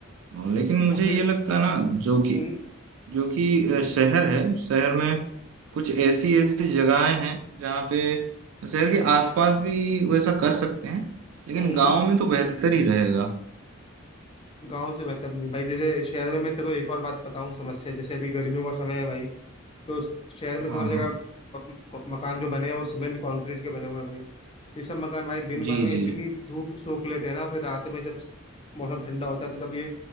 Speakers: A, on the right; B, on the left.
A: और लेकिन मुझे
B: और फिर
A: ये लगता है ना जो कि
B: हम्म
A: जो कि अ, शहर है शहर में कुछ ऐसी ऐसी जगहें हैं जहाँ पे शहर के आसपास भी वैसा कर सकते हैं लेकिन
B: हम्म
A: गांव में तो बेहतर ही रहेगा
B: गांव से बेहतर नहीं भाई जैसे शहर में मैं तेको एक और बात बताऊं समस्या जैसे अभी गर्मियों का समय है भाई तो शहर में
A: हाँ
B: तो हर जगह
A: हाँ
B: क- क- मकान जो बने हैं वो सीमेंट कंक्रीट के बने हुए हैं भाई ये सब मकान भाई दिन
A: जी
B: भर में
A: जी
B: इतनी
A: जी
B: धूप सोख लेते हैं ना फिर रात में जब मौसम ठंडा होता है तो तब ये